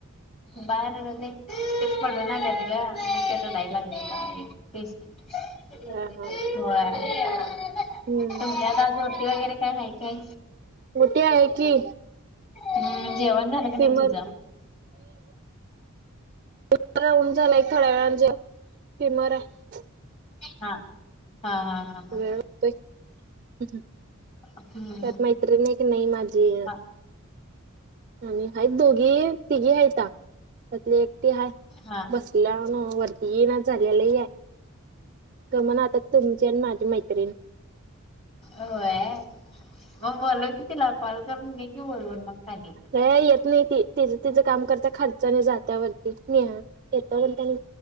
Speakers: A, on the left; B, on the right.
A: बाळ रडत नाही ते पडून आलय ग म्हणून रडालागय <unintelligible>
B: हा हा हम्म
A: काय नाही काय
B: मोठी आहे की
A: हम् जेवण झालं का नाही
B: फिमर
A: तुझ?
B: फक्त राहून झालाय थोड्या वेळान जेवण फिमर आहे
A: हा हा हा हा हा
B: वेळ लागतोय त्यात
A: हम्म
B: मैत्रिण एक नाही माझी
A: हा
B: आणि हाईत दोघी तिघी हाइता त्यातली एक ते हाय
A: हा
B: बसल्या नव्ह वरती येईनाच झाल्या लई हाय गमना आता तुमची आणि माझी मैत्रिण
A: होय मग बोलव की तिला कॉल करून मी की बोलवन मग खाली
B: आता येत नाहीती? तिज तिज काम करत्या खालचं आणि जात्या वरती नेहा येतान त्यानी